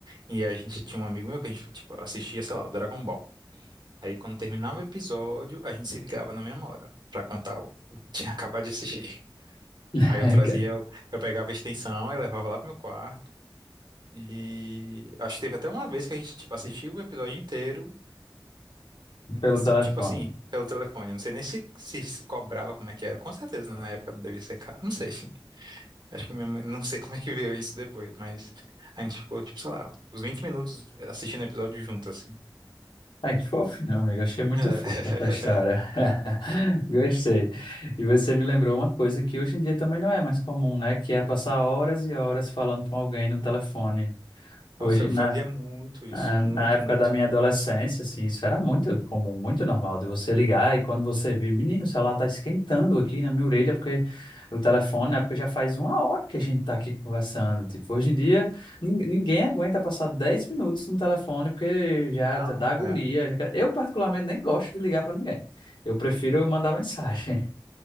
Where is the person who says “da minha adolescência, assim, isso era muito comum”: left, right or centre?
Left